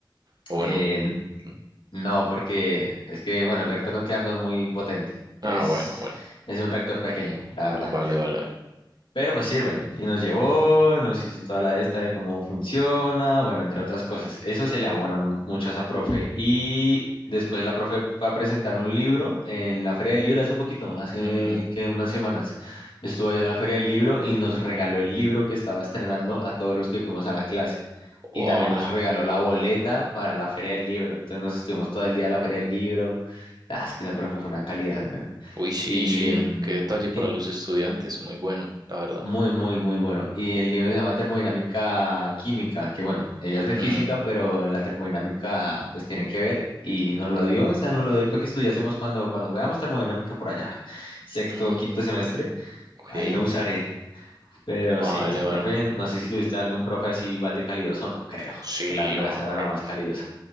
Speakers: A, on the right; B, on the left.
A: O bueno.
B: eh,
A: mm,
B: No, porque es que, bueno, el reactor nuclear no es muy potente. Es,
A: Ah, bueno, bueno.
B: es un reactor pequeño, la verdad.
A: Vale, vale, vale.
B: Pero pues sirve. Y nos llevó, nos hizo toda la esta de cómo funciona, bueno, entre otras cosas. Eso se le abona mu- mucho a esa profe. Y después la profe fue a presentar un libro en la Feria del Libro hace poquito, hace
A: Ujú.
B: que unas semanas. Estuvo allá en la Feria del Libro y nos regaló el libro que estaba estrenando a todos los que fuimos a la clase. Y
A: Oh,
B: también nos regaló la boleta para la Feria del Libro. Entonces nos estuvimos todo el día en la Feria del Libro. Ah, es que esa profe fue una calidad, weón.
A: uy, sí,
B: Y,
A: sí.
B: em,
A: Qué detalle para
B: y
A: los estudiantes. Muy bueno, la verdad.
B: muy, muy, muy bueno. Y el libro se llama Termodinámica Química, que bueno, ella es de física,
A: Mm,
B: pero la termodinámica pues tiene que ver y nos lo dio, o sea, nos lo dio para que estudiásemos cuando, cuando veamos termodinámica por allá, <laughs> sexto,
A: mm,
B: quinto semestre,
A: ok.
B: ahí lo usaré. Pero
A: Vale,
B: sí, esa
A: vale.
B: profe, no sé si tuviste algún profe así igual de calidoso o no, creo,
A: Sí,
B: porque la verdad
A: a
B: esa era
A: ver.
B: la más calidosa.